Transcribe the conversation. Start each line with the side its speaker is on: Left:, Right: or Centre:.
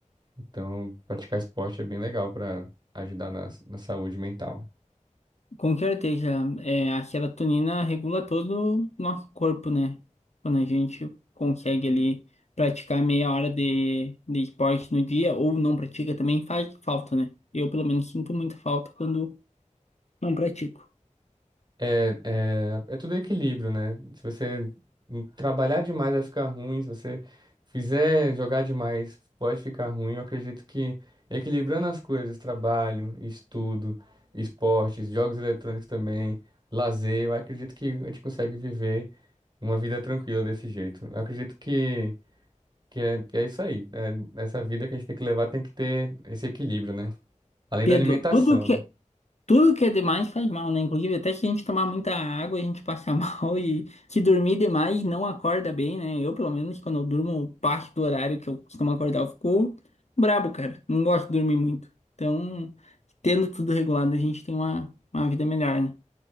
Right: Então, praticar esporte é bem legal para ajudar na, na saúde mental.
Left: Com certeza, é, a serotonina regula todo o nosso corpo, né? Quando a gente consegue ali praticar meia hora de, de esporte no dia ou não pratica também faz falta, né? Eu, pelo menos, sinto muita falta quando não pratico.
Right: É, é, é tudo equilíbrio, né? Se você trabalhar demais vai ficar ruim, se você fizer jogar demais pode ficar ruim. Eu acredito que equilibrando as coisas, trabalho, estudo, esportes, jogos eletrônicos também, lazer, eu acredito que a gente consegue viver uma vida tranquila desse jeito. Eu acredito que, que é, que é isso aí. É, essa vida que a gente tem que levar tem que ter esse equilíbrio, né? Além
Left: Pedro,
Right: da alimentação,
Left: tudo que,
Right: né?
Left: Tudo que é demais faz mal, né? Inclusive, até se a gente tomar muita água, a gente passa <laughs> mal e se dormir demais não acorda bem, né? Eu, pelo menos, quando eu durmo parte do horário que eu costumo acordar, eu fico brabo, cara. Não gosto de dormir muito. Então, tendo tudo regulado, a gente tem uma, uma vida melhor, né?